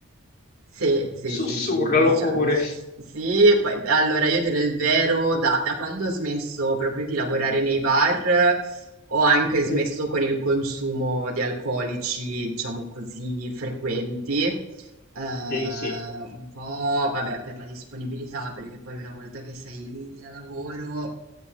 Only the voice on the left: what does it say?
Sussurralo
pure.
Mm,
Sì, sì, sì.